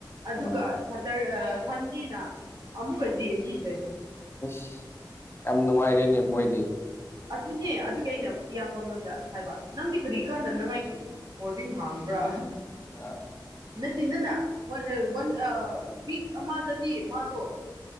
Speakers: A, on the right (about 60°); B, on the left (about 30°).
A: ꯑꯗꯨꯒ
B: ꯑꯥ
A: ꯁꯇꯔ ꯁꯟꯗꯦꯅ ꯑꯃꯨꯛꯀ ꯖꯟ ꯄꯤꯖꯩ
B: ꯑꯁ ꯌꯥꯝ ꯅꯨꯡꯉꯥꯏꯔꯦꯅꯦ ꯃꯣꯏꯗꯤ
A: ꯑꯗꯨꯅꯦ ꯑꯗꯨꯒꯤ ꯑꯩꯅ ꯏꯌꯥꯝꯕꯉꯣꯟꯗ ꯍꯥꯏꯕ ꯅꯪꯗꯤ ꯀꯔꯤ ꯀꯥꯟꯗꯅꯉꯥꯏꯒꯤ ꯕꯣꯔꯗꯤꯡ ꯍꯥꯡꯕ꯭ꯔꯥ
B: ꯑ
A: ꯅꯠꯇ ꯅꯅ ꯋꯥꯟ ꯋꯤꯛ ꯑꯃꯗꯗꯤ ꯃꯥꯗꯣ